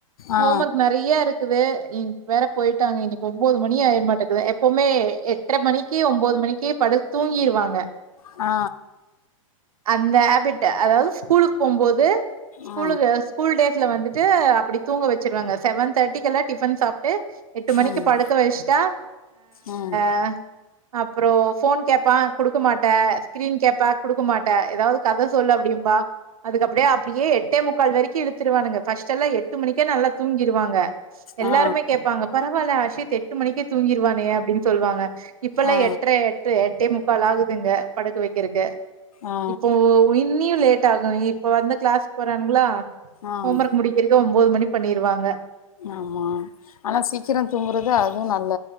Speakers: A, on the left; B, on the right.
A: ஆ
B: ஹோம் ஒர்க் நெறய இருக் ட்டுவே இன்க் வேற போயிட்டாங்க இன்னக்கி ஒன்பது மணி ஆயுரு மாட்டேக்குது எப்பவுமே எட்ற மணிக்கு ஒன்பது மணிக்கு படு தூங்கிருவாங்க
A: ஆ
B: அந்த ஹேபிட் அதாவது ஸ்கூலுக்கு போம்போது ஸ்கூலுகு
A: ஆ
B: ஸ்கூல் டேஸ்ல வந்துட்டு அப்டி தூங்க வச்சிருவாங்க செவன் தேர்ட்டிக்கு எல்லா டிஃபன் சாப்ட்டு எட்டு மணிக்கு
A: ம்
B: படுக்க வச்ட்டா
A: ம்
B: அ அப்புறோ ஃபோன் கேப்பா குடுக்க மாட்டே ஸ்கிரீன் கேப்பா குடுக்க மாட்டே ஏதாவ்து கத சொல்லு அப்டிம்பா அதுக்கப்டியே அப்டியே எட்டே முக்கால் வெரக்கி இழுத்துருவானுங்க ஃபர்ஸ்டெல்லா எட்டு மணிக்கே நல்லா தூங்கிருவாங்க
A: ஆ
B: எல்லாருமே கேட்பாங்க பரவால்ல அஷித் எட்டு மணிக்கே தூங்கி மே அப்டின் சொல்வாங்க இப்பல்லா
A: ஆ
B: எட்ர எட்டு எட்டே முக்கால் ஆகுதுங்க படுக்க வைக்கிறக்கு
A: ஆ
B: இப்போ இன்னியு லேட் ஆகு இப்ப வந்து கிளாஸ் போறானுங்ளா
A: ஆ
B: ஹோம் ஒர்க் முடிக் இருக்க ஒம்போது மணி பண்ணிருவாங்க
A: ஆமா ஆனா சீக்கிரோ தூங்குறது அதுவு நல்ல